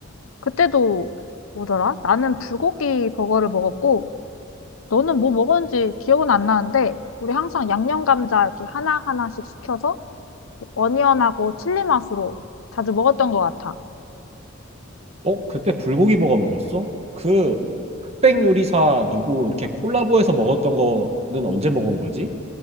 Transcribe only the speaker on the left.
그때도 뭐더라? 나는 불고기 버거를 먹었고, 너는 뭐 먹었는지 기억은 안 나는데, 우리 항상 양념 감자 이렇게 하나하나씩 시켜서 어니언하고 칠리 맛으로 자주 먹었던 것 같아.